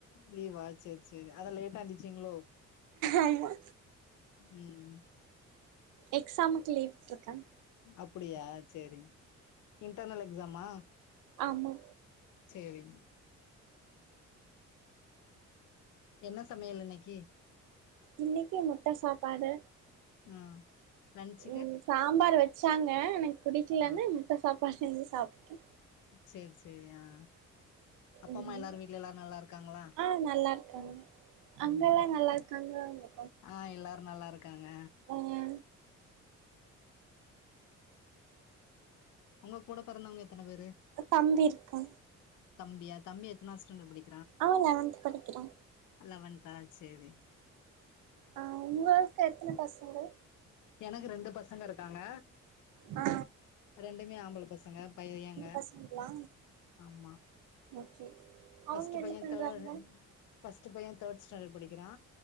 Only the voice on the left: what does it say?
லீவா சேர் சேர் அதா லேட்டா எந்திச்சிங்களோ
ம்
அப்டியா சேரிங் இன்டர்னல் எக்ஸாமா
சேரிங் என்ன சமையல் இன்னக்கி
அ லன்ச்சுக்கு
ஆ
சேர் சேரி அ அப்பா
அம்மா எல்லாரு வீட்ல எல்லாரு நல்லாருக்காங்ளா
ம்
அ எல்லாரு நல்லாருக்காங்க
ஒங்க கூட பெறந்தவங்க எத்தன பேரு
தம்பியா தம்பி எத்தனாவது ஸ்டாண்டர்ட் படி
லவன்த்தா சேரி
எனக்கு ரெண்டு பசங்க இருக்காங்க
ரெண்டுமே ஆம்பள பசங்க பையங்க
ஆமா
ஃபஸ்ட்டு
பையே
தேர்டு ஃபஸ்ட்டு பையே தேர்ட் ஸ்டாண்டர்ட் படிக்கிறா